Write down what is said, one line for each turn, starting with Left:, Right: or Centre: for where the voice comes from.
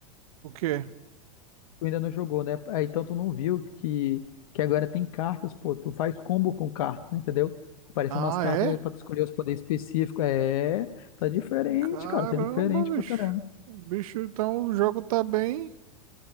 Right: O quê?
Left: Tu ainda não jogou, né? Aí, então tu não viu que, que agora tem cartas, pô. Tu faz combo com cartas, né, entendeu? Aparecem
Right: Ah,
Left: umas cartas
Right: é?
Left: aí pra tu escolher os poderes específicos. É, tá diferente,
Right: Caramba,
Left: cara. Tá diferente
Right: bicho.
Left: pra caramba.
Right: O bicho, então o jogo tá bem